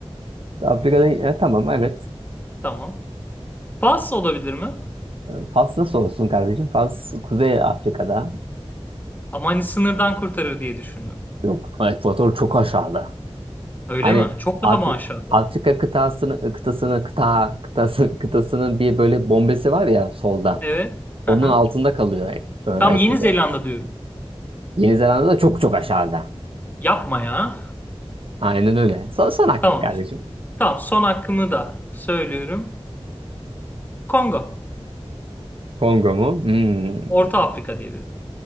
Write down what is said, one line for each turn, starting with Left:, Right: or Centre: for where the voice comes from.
Right: <laughs> Afrika'dan e, tamam evet.
Left: Tamam. Fas olabilir mi?
Right: E, Fas nasıl olsun kardeşim? Fas Kuzey Afrika'da.
Left: Ama hani sınırdan kurtarır diye düşündüm.
Right: Yok Ekvator çok aşağıda.
Left: Öyle
Right: Hani
Left: mi? Çok
Right: Afri-
Left: daha mı aşağıda?
Right: Afrika kıtasını kıtasını kıta kıtası kıtasının bir böyle bombesi var ya solda.
Left: Evet.
Right: Onun
Left: Aha.
Right: altında kalıyor e, e,
Left: Tamam
Right: Ekvator.
Left: Yeni Zelanda diyorum.
Right: Yeni Zelanda da çok çok aşağıda.
Left: Yapma ya.
Right: Aynen öyle. Son, son hakkın
Left: Tamam.
Right: kardeşim.
Left: Tamam son hakkımı da söylüyorum. Kongo.
Right: Kongo mu? Hmm.
Left: Orta Afrika diye dedim.